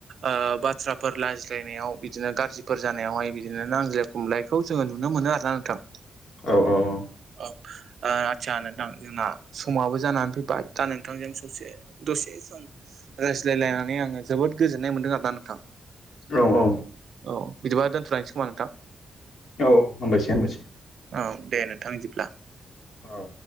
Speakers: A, on the right (about 60°); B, on the left (about 65°).
A: ओ बाथ्राफोर लाज्लायनायाव गाज्रिफोर जानायावहाय बिदिनो नांज्लाय खमलायखौ जोङो नुनो मोनो आर ना नोंथां।
B: औ औ औ।
A: औ ओ आदसा नोंथां जोंना समाबो जानानै फैबाय दा नोंथांजों ससे दसे सम रायज्लायलायनानै आङो जोबोद गोजोननाय मोनदों आरोना नोंथां।
B: औ औ।
A: औ बिदिबा दोनथ'लायसै खोमा नोंथां।
B: औ हामबायसै हामबायसै
A: औ दे नोंथां जोबब्ला।
B: औ।